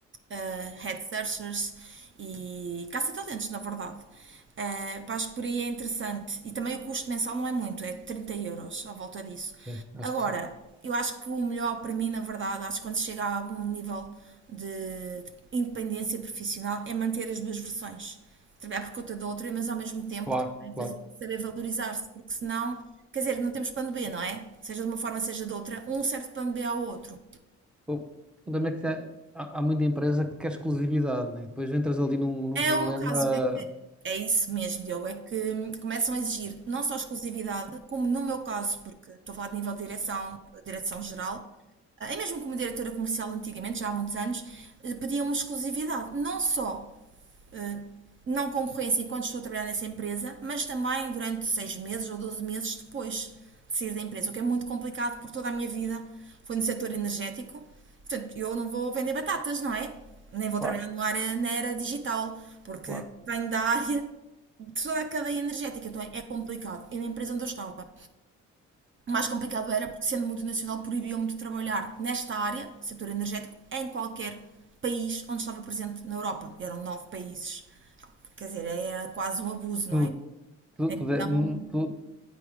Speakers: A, on the right; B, in the centre.
A: eh, head searchers e caça-talentos, na verdade. Eh, pá, acho que por aí é interessante. E também o custo mensal não é muito, é 30 euros à volta disso.
B: Sim, acho
A: Agora,
B: que sim.
A: eu acho que o melhor para mim, na verdade, acho que quando se chega a algum nível de independência profissional é manter as duas versões. Trabalhar por conta da outra, mas ao mesmo tempo
B: Claro,
A: também fazer-
B: claro.
A: saber valorizar-se, porque senão, quer dizer, não temos plano B, não é? Seja de uma forma, seja de outra, um serve de plano B ao outro.
B: O problema é que há, há há muita empresa que quer exclusividade, né? Depois entras ali num, num
A: É
B: problema.
A: um caso, é que é isso mesmo, Diogo, é que hum, começam a exigir não só exclusividade, como no meu caso, porque estou a falar de nível de direção, direção geral, eh, e mesmo como diretora comercial antigamente, já há muitos anos, eh, pediam-me exclusividade, não só eh, não concorrência enquanto estou a trabalhar nessa empresa, mas também durante 6 meses ou 12 meses depois de sair da empresa, o que é muito complicado porque toda a minha vida foi no setor energético. Portanto, eu não vou vender batatas, não é? Nem vou
B: Claro,
A: trabalhar no área, na era digital, porque
B: claro.
A: venho da área de toda a cadeia energética, então é complicado. E na empresa onde eu estava, o mais complicado era porque, sendo multinacional, proibiam-me de trabalhar nesta área, setor energético, em qualquer país onde estava presente na Europa. E eram nove países. Quer dizer, era quase um abuso, não
B: Tu,
A: é?
B: tu,
A: Então,
B: tu, de- tu